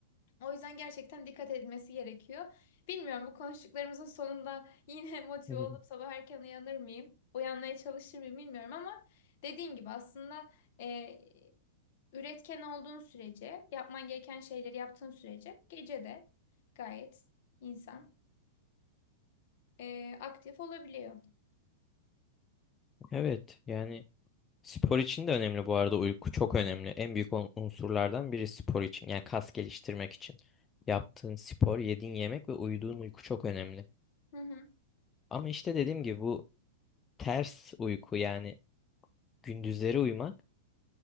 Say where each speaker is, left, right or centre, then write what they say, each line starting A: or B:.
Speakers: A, on the left (about 55°); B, on the left (about 20°).
A: O yüzden gerçekten dikkat edilmesi gerekiyor. Bilmiyorum bu konuştuklarımızın sonunda yine <laughs> motive
B: <laughs>
A: olup sabah erken uyanır mıyım? Uyanmaya çalışır mıyım bilmiyorum ama dediğin gibi aslında e, üretken olduğun sürece, yapman gereken şeyleri yaptığın sürece gece de gayet insan e, aktif olabiliyor.
B: evet yani spor için de önemli bu arada uyku çok önemli. En büyük un- unsurlardan biri spor için yani kas geliştirmek için. Yaptığın spor, yediğin yemek ve uyuduğun uyku çok önemli.
A: Hı hı,
B: Ama işte dediğim gibi bu ters uyku yani gündüzleri uyumak